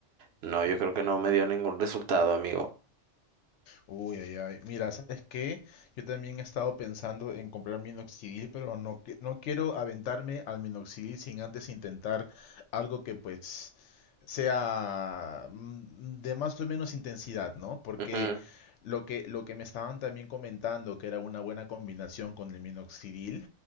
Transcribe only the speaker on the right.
no, yo creo que no me dio ningún resultado, amigo.
Ujú.